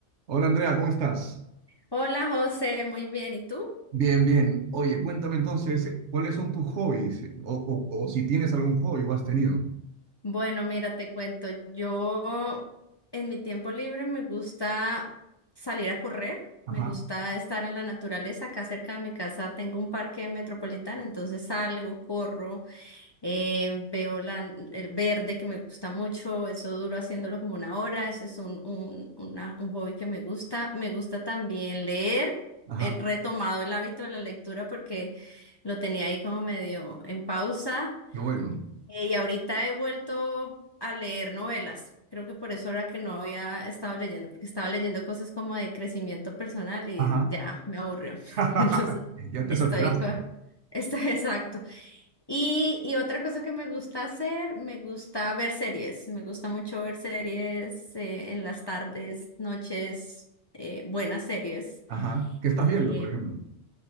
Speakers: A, on the right; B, on the left.
A: Hola Andrea, ¿cómo estás?
B: Hola José, muy bien. ¿Y tú?
A: Bien, bien. Oye, cuéntame entonces, ¿cuáles son tus hobbies? O, o- o si tienes algún hobby o has tenido.
B: Bueno, mira, te cuento. Yo en mi tiempo libre me gusta salir a correr,
A: Ajá,
B: me gusta estar en la naturaleza. Acá cerca de mi casa tengo un parque metropolitano, entonces salgo, corro, eh, veo la- el verde que me gusta mucho. Eso duro haciéndolo como una hora. Ese es un, un, una- un hobby que me gusta. Me gusta también leer.
A: Ajá,
B: He retomado el hábito de la lectura porque lo tenía ahí como medio en pausa.
A: qué bueno.
B: Eh, y ahorita he vuelto a leer novelas. Creo que por eso era que no había estado leyendo, porque estaba leyendo cosas como de crecimiento personal y
A: ajá.
B: ya me aburrió.
A: <laughs>
B: <laughs> Entonces,
A: Ya te
B: estoy
A: saturaste.
B: con... <laughs> Estoy exacto. Y, y otra cosa que me gusta hacer, me gusta ver series. Me gusta mucho ver series eh, en las tardes, noches, eh, buenas series.
A: Ajá. ¿Qué estás viendo,
B: Eh,
A: por ejemplo?